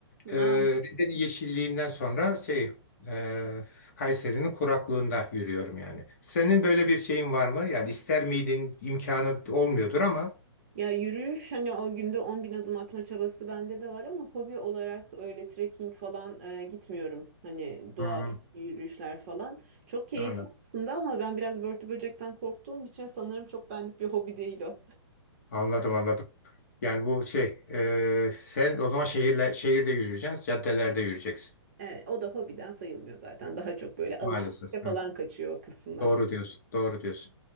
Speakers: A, on the right (about 30°); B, on the left (about 35°).
A: hı.
B: Ee, Rize'nin yeşilliğinden sonra şey e, Kayseri'nin kuraklığında yürüyorum yani. Senin böyle bir şeyin var mı? Yani ister miydin? İmkanı olmuyordur ama.
A: Ya yürüyüş hani o günde on bin adım atma çabası bende de var ama hobi olarak öyle trekking falan e, gitmiyorum. Hani doğa
B: Hı hı.
A: yürüyüşler falan. Çok keyifli
B: Anladım,
A: aslında ama ben biraz börtü böcekten korktuğum için sanırım çok benlik bir hobi değil o.
B: anladım. anladım. Yani bu şey e, sen o zaman şehirle şehirde yürüyeceksin, caddelerde yürüyeceksin
A: Evet, o da hobiden sayılmıyor zaten. Daha çok böyle alışverişe
B: maalesef.
A: falan
B: Evet.
A: kaçıyor o kısımlar.
B: Doğru diyorsun, doğru diyorsun.